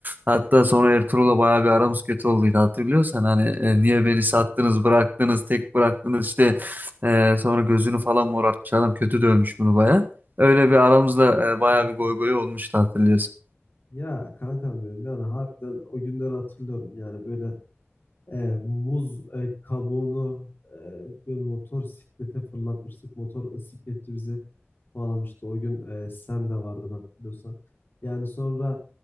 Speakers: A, on the right; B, on the left.
A: Hatta sonra Ertuğrul'la bayağı bir aramız kötü olduydu hatırlıyorsan. Hani e, niye beni sattınız
B: Hatta
A: bıraktınız tek bıraktınız işte e, sonra gözünü falan morartmış adam kötü dövmüş bunu bayağı. Öyle bir aramızda e, bayağı bir goy goy olmuştu hatırlıyorsun.
B: ya kankam benim yani harbiden o günleri hatırlıyorum. Yani böyle E, muz e, kabuğunu e, böyle motor siklete fırlatmıştık. Motor sikletçi bizi kovalamıştı. O gün e, sen de vardın hatırlıyorsan. Yani sonra